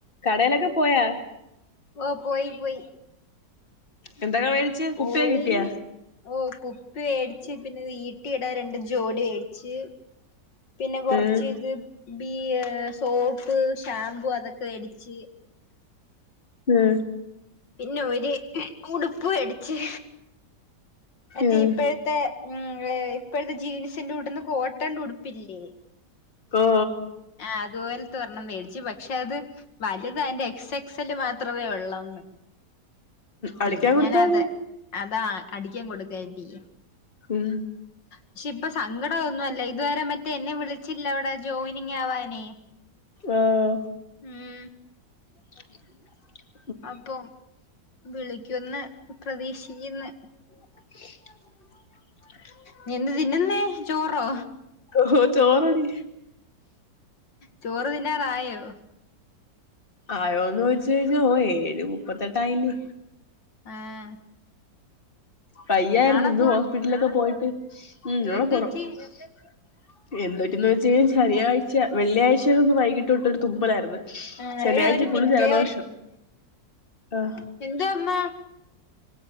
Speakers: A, on the left; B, on the left.
A: കടയിലൊക്കെ പോയാ
B: ഓ പോയി പോയി
A: എന്തൊക്കെ മേടിച്ച് കുപ്പിയൊക്കെ
B: ഓയി
A: കിട്ടിയാ
B: ഓ കുപ്പി വേടിച്ച് പിന്നെ വീട്ടി ഇടാൻ രണ്ട് ജോടി വേടിച്ച് പിന്നെ കൊറച്ച്
A: ഉം
B: ഇത് ബി സോപ്പ് ഷാംമ്പൂ അതൊക്കെ വേടിച്ച്
A: ഉം
B: പിന്നെ ഒരു ഉടുപ്പ് വേടിച്ച് മറ്റേ
A: ഉം
B: ഇപ്പോഴത്തെ ഇപ്പോഴത്തെ ജീൻസിന്റുടുന്ന കോട്ടന്റെ ഉടുപ്പില്ലേ
A: കോ
B: ആഹ് അതുപോലെത്തെരെണം മേടിച്ചു പക്ഷെ അത് വലുത അതിന്റെ എക്സ എക്സല്ല് മാത്രമേ ഉള്ളന്ന്
A: അടിക്കാൻ
B: പിന്നെ
A: കൊടുത്താ
B: ഞാൻ അത
A: മതി
B: അതാ അടിക്കാൻ കൊടുക്കായിട്ടീ
A: ഉം
B: പക്ഷെ ഇപ്പ സങ്കടം അതൊന്നുമല്ല ഇതുവരെ മറ്റേ എന്നെ വിളിച്ചില്ല അവിടെ ജോയിനിങ് ആവാനേ
A: ഓഹ്
B: ഉം
A: <inaudible>
B: അപ്പം വിളിക്കുവെന്ന് പ്രതീക്ഷിക്ക്ന്ന്
A: <inaudible>
B: നീ എന്ത് തിന്ന്ന്നെ ചോറോ?
A: ഓഹോ ചോറാടി
B: ചോറ് തിന്നാറായോ?
A: ആയോന്ന് ചോദിച്ച് കഴിഞ്ഞ ഓ ഏഴ് മുപ്പത്തെട്ടായില്ലേ
B: ആഹ്
A: വയ്യായിരുന്നു
B: നാളെ
A: ഇന്ന്
B: പോവാ
A: ഹോസ്പിറ്റലിലൊക്കെ പോയിട്ട് ഉം നളെ
B: എന്ത്
A: പോണം
B: പറ്റി
A: പി. എ. എസി എന്തായിട്ടെന്ന് ചോദിച്ച് കഴിഞ ശനിയായ്ഴ്ച വെള്ളാഴ്ചയിടന്ന് വൈകിട്ട്ട്ടടുത്ത മ്പളായിരുന്നു
B: ആഹ്
A: ശനിയാഴ്ച
B: എടി ഒരു
A: ഫുള്ള്
B: മിനിറ്റേ
A: ജലദോഷം ആഹ്
B: എന്താ അമ്മ